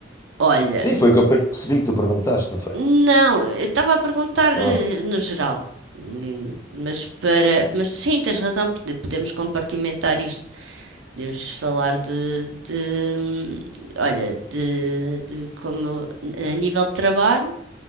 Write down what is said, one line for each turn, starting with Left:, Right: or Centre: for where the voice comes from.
Right: Olha,
Left: Sim, foi o que eu per- percebi que tu perguntaste, não foi?
Right: Não, eu estava a perguntar
Left: Ah,
Right: eh, no geral, Hum, mas para, mas sim, tens razão, pode- podemos compartimentar isto. Podemos falar de, de, hum, olha, de, de como a nível de trabalho,